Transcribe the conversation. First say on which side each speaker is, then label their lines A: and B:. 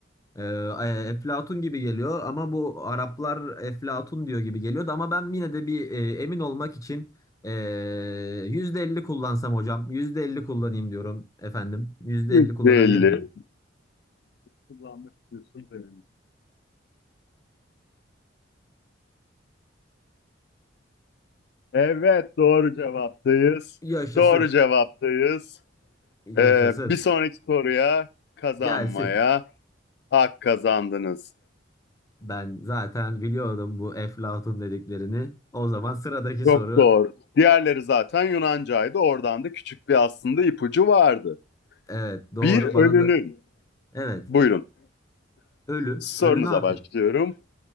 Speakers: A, on the left (about 20°); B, on the left (about 60°).
A: Ee, e, Eflatun gibi geliyor ama bu Araplar Eflatun diyor gibi geliyordu ama ben yine de bir e, emin olmak için e, yüzde elli kullansam hocam %50 kullanayım diyorum efendim %50
B: 150
A: kullanabilir miyim?
B: kullanmak istiyorsunuz Evet, doğru cevaptayız.
A: Yaşasın
B: Doğru cevaptayız.
A: yaşasın
B: Ee, bir sonraki soruya kazanmaya
A: gelsin
B: hak kazandınız.
A: ben zaten biliyordum bu Eflatun dediklerini o zaman sıradaki
B: Çok
A: soru
B: doğru. Diğerleri zaten Yunancaydı. Oradan da küçük bir aslında ipucu vardı.
A: evet doğru
B: Bir ölünün,
A: bana da evet
B: buyurun
A: ölü
B: sorunuza
A: ölü ne yapıyor?
B: başlıyorum.